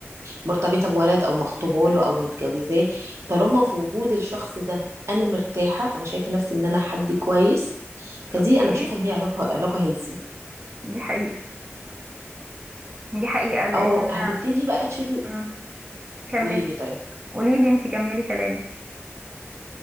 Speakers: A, on the right; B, on the right.
A: مرتبطة بولد أو مخطوبة له أو متجوزاه طالما في وجود الشخص ده أنا مرتاحة أنا شايفة نفسي إن أنا حد كويس فدي
B: اوكي
A: أنا بشوفها إن هي علاقة علاقة هيلثي
B: دي حقيقة دي حقيقة لان
A: أو هتبتدي بقى تشوفي
B: امم كملي
A: قولي لي طيب
B: قوليلي انتي كملي كلامك